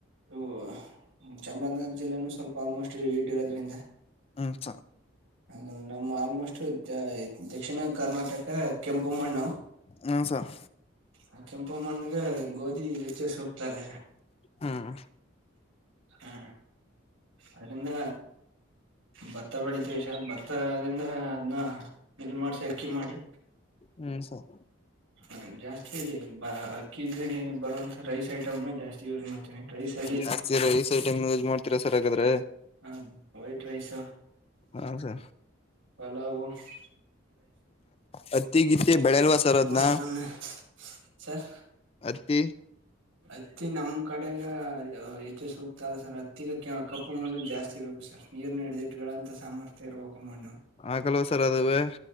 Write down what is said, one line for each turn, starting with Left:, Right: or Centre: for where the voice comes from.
Right: ಇವೂ ಚಾಮರಾಜನಗರ ಜಿಲ್ಲೆನು ಸ್ವಲ್ಪ ಆಲ್ಮೋಸ್ಟ್ ಹೀಟ್ ಇರೋದ್ರಿಂದ.
Left: ಹೂ ಸರ್
Right: ಆಗಲ್ಲ ನಮ್ಮ ಆಲ್ಮೋಸ್ಟ್ ದಕ್ಷಿಣ ಕರ್ನಾಟಕ ಕೆಂಪುಮ್ಮಣ್ಣ
Left: ಹೂ ಸರ್
Right: ಆ ಕೆಂಪುಮ್ಮಣ್ಣಗ ಗೋದಿ ವಿಚ್ಚ ಸುಕ್ತಲ್ಲ
Left: ಹ್ಮ್
Right: ಹಾ ಅದರಿಂದ ಭತ್ತ ಬೆಳಿ ತೀವಿ ಸರ್ ಅದರಿಂದ ಅದನ್. ಮಿಲ್ ಮಾಡ್ಸಿ ಅಕ್ಕಿ ಮಾಡಿ
Left: ಹ್ಮ್ ಸರ್
Right: ನ ಜಾಸ್ತಿ ಬ ಅಕ್ಕಿ ಇಂದಾನೆ ಬರುವಂತ ರೈಸ್ ಐಟಮ್ನ ಜಾಸ್ತಿ ಯೂಸ್ ಮಾಡ್ತೀವಿ ರೈಸ ಅಲ್ಲಿ
Left: ಜಾಸ್ತಿ ರೈಸ್ ಐಟಮ್ ಯೂಸ್ ಮಾಡ್ತೀರಾ ಸರ್ ಹಾಗಾದ್ರೆ
Right: ಹಾ ವೈಟ್ ರೈಸ
Left: ಹಾ ಸರ್
Right: ಹಲ ಓಮ್ಸ್
Left: ಹತ್ತಿ ಗಿತ್ತ ಬೆಳೆಲ್ವಾ ಸರ ಅದ್ನಾ
Right: ಮೊಸರನ್ನ ಸರ್
Left: ಹತ್ತಿ
Right: ಹತ್ತಿ ನಮ್ ಕಡೆ ಗ ಹೆಚ್ಚು ಸೂಕ್ತ ಅಲ್ಲಾ ಸರ್ ಹತ್ತಿಗ ಕಪ್ಪು ಮಣ್ಣು ಜಾಸ್ತಿ ಬೇಕು ಸರ್ ನೀರ್ನ ಹಿಡಿದಿಟ್ಗಳ ಅಂತ ಸಾಮರ್ಥ್ಯ ಇರಬೇಕು ಮಣ್ಣು
Left: ಆಗಲ್ವಾ ಸರ್ ಅದುವೇ